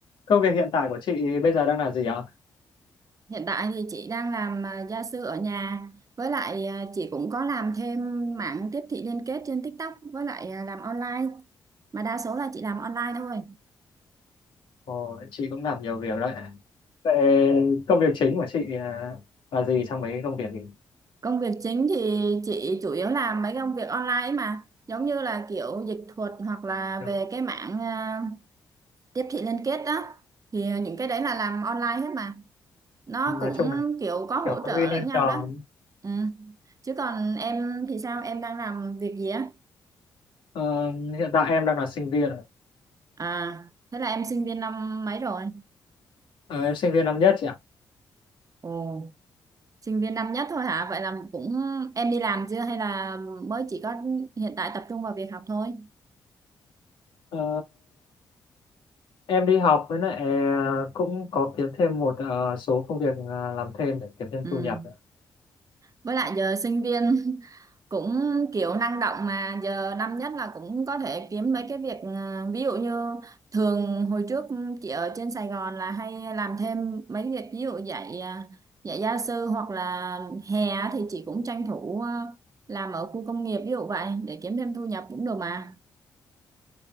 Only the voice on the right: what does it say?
Hiện tại thì chị đang làm à, gia sư ở nhà với lại à, chị cũng có làm thêm mảng tiếp thị liên kết trên TikTok với lại à, làm online mà đa số là chị làm online thôi.
Công việc chính thì chị chủ yếu làm mấy công việc online ấy mà giống như là kiểu dịch thuật hoặc là
về cái mảng à, tiếp thị liên kết đó thì à, những cái đấy là làm online hết mà nó
cũng
kiểu có hỗ
trợ lẫn nhau đó. Ừ. Chứ còn em thì sao? Em đang làm việc gì á?
À, thế là em sinh viên năm mấy rồi?
Ồ, sinh viên năm nhất thôi hả? Vậy là cũng em đi làm chưa hay là mới chỉ có hiện tại tập trung vào việc học thôi?
Ừ.
Với lại giờ sinh viên <laughs> cũng kiểu năng động mà giờ năm nhất là cũng có thể kiếm mấy cái việc ờ, ví dụ như thường hồi trước chị ở trên Sài Gòn là hay làm thêm mấy việc ví dụ dạy ờ, dạy gia sư hoặc là hè á thì chị cũng tranh thủ ờ, làm ở khu công nghiệp ví dụ vậy để kiếm thêm thu nhập cũng được mà.